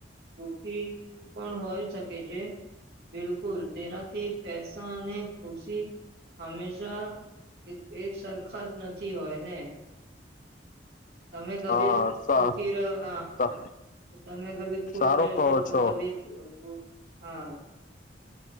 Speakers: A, on the right (about 65°); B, on the left (about 50°).
A: દુઃખી પણ હોય શકે છે બિલકુલ તેનાથી પેસા અને ખુશી હંમેશા એક સરખા જ નથી હોય ને તમે કભી
B: હા સા
A: સુખી રહો હા
B: સા
A: તમે કભી ખુશ
B: સારો
A: રહેશો
B: કહો
A: તો
B: છો
A: કભી હા